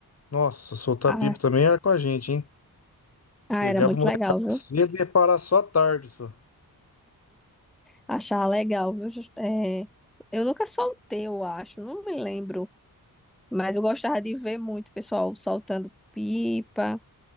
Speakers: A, on the left; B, in the centre.
A: Nossa, soltar
B: Ah,
A: pipa também era com a gente, hein?
B: ah,
A: Pegava
B: era muito
A: o molecada
B: legal, viu?
A: cedo e ia parar só à tarde, só.
B: Achava legal, viu? É, eu nunca soltei, eu acho, não me lembro. Mas eu gostava de ver muito o pessoal soltando pipa